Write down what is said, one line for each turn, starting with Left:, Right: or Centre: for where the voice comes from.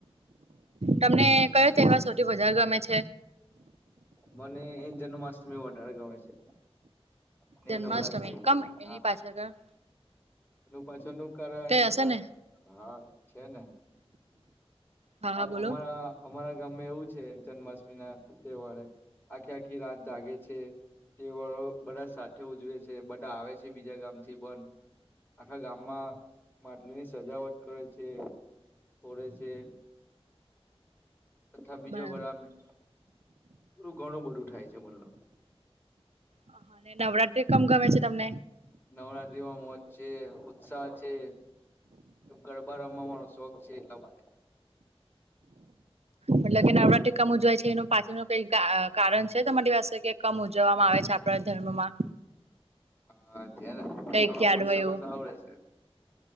Right: તમને કયો તહેવાર સૌથી વધાર ગમે છે.
Left: મને એ જન્માષ્ટમી વધારે ગમે છે ને
Right: જન્માષ્ટમી
Left: નવરાત્રી
Right: કમ એની
Left: હા.
Right: પાછળ
Left: એનું પાછળ નું કારણ
Right: કયો હશે ને
Left: હા છે ને.
Right: હા
Left: આ
Right: હા બોલો
Left: અમારા અમારા ગામમે એવું છે જન્માષ્ટમી ના તહેવારે આખી આખી રાત જાગે છે. તે વાળો બધા સાથે ઉજવે છે બધા આવે છે બીજા ગામથી પણ આખા ગામમાં માટલીની સજાવટ કરે છે ફોડે છે. તથા બીજો
Right: બરાબર
Left: <unintelligible> પૂરું ઘણું બધું થાય છે મતલબ.
Right: આ હા નવરાત્રી કમ ગમે છે તમને.
Left: નવરાત્રીમાં મોજ છે ઉત્સાહ છે. ગરબા રમવાનો શોખ છે એટલા માટે.
Right: મતલબ કે નવરાત્રી કમ ઉજવાય છે એનું પાછળનું કઈ કા કારણ છે તમારી પાસે કે કમ ઉજવવામાં આવે છે આપ આપણા ધર્મમાં.
Left: હા છે ને
Right: કઈક
Left: તમે
Right: યાદ
Left: બોલશો
Right: હોય એવું
Left: તો સારું રહેશે.